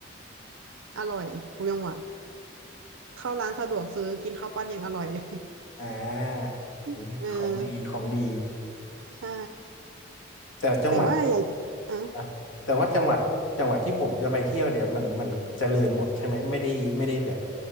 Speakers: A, on the right; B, on the left.
A: อร่อยทุกจังหวัดเข้าร้านสะดวกซื้อกินข้าวปั้นยังอร่อยเลย
B: อ่าอุ๊ยของดีของดี
A: <laughs> เออใช่
B: แต่จังหวัด
A: แต่ว่าอย่างอ่ะ
B: นะแต่ว่าจังหวัดจังหวัดที่ผมจะไปเที่ยวเดี๋ยวมันมันเจริญหมดใช่ไหมไม่ได้ไม่ได้แบบ